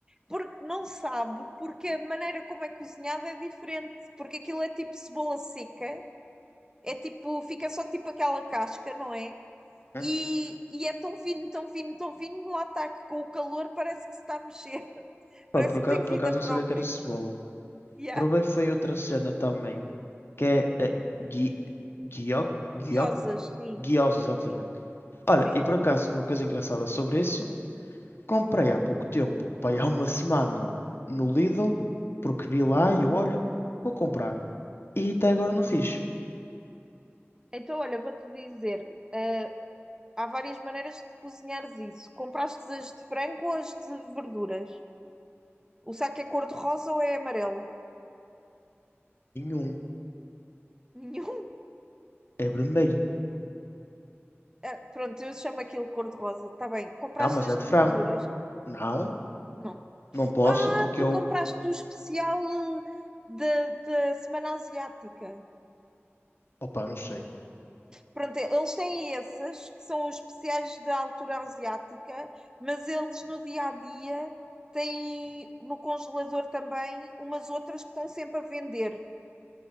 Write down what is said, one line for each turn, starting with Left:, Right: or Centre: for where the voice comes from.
Right: porque não sabe, porque a maneira como é cozinhada é diferente, porque aquilo é tipo cebola seca, é tipo, fica só tipo aquela casca, não é?
Left: Hum?
Right: E, e é tão fino, tão fino, tão fino, lá está que com o calor parece que se está a mexer, <laughs>
Left: Pá,
Right: parece
Left: por acaso,
Right: que tem vida
Left: por acaso não
Right: própria.
Left: sabia que era cebola.
Right: Yeah.
Left: Provei foi outra cena também. Que é. é gui, guio, guio,
Right: Curiosas, sim,
Left: guiosa, exatamente.
Right: sim,
Left: Olha,
Right: sim.
Left: e por acaso, uma coisa engraçada sobre isso. Comprei há pouco tempo, pá, há uma semana no Lidl. Porque vi lá e eu, olha, vou comprar. E até agora não fiz.
Right: Então, olha, vou-te dizer, eh, há várias maneiras de cozinhares isso. Compraste as de frango ou as de verduras? O saco é cor-de-rosa ou é amarelo?
Left: Nenhum.
Right: Nenhum.
Left: É vermelho.
Right: Ah, pronto, eu chamo aquilo cor-de-rosa. Está bem. Compraste
Left: Não, mas
Right: as
Left: é de
Right: de
Left: frango.
Right: verduras?
Left: Não.
Right: Não.
Left: Não posso
Right: Ah,
Left: porque
Right: tu
Left: eu.
Right: compraste o especial eh, da da Semana Asiática.
Left: Opa, não sei.
Right: Pronto, eles têm essas que são os especiais da altura asiática, mas eles no dia a dia têm no congelador também umas outras que estão sempre a vender.